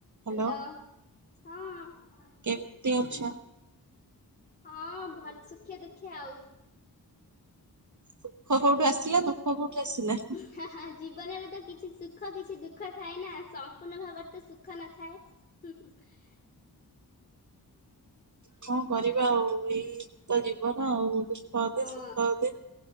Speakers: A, on the right; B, on the left.
A: Hello
B: hello, ହଁ।
A: କେମିତି ଅଛ?
B: ହଁ ଭଲ, ସୁଖେ ଦୁଃଖେ ଆଉ।
A: ସୁଖ କଉଠୁ ଆସିଲା, ଦୁଃଖ କଉଠୁ ଆସିଲା? ହୁଁ
B: ହା ହା, ଜୀବନରେ ତ କିଛି ସୁଖ କିଛି ଦୁଃଖ ଥାଏ ନା, ସମ୍ପୂର୍ଣ୍ଣ ଭାବରେ ତ ସୁଖ ନଥାଏ? <unintelligible>
A: କଣ କରିବା ଆଉ ଏଇ ତ ଜୀବନ ଆଉ। ଦୁଃଖ ଅଧେ
B: ହଁ
A: ସୁଖ ଅଧେ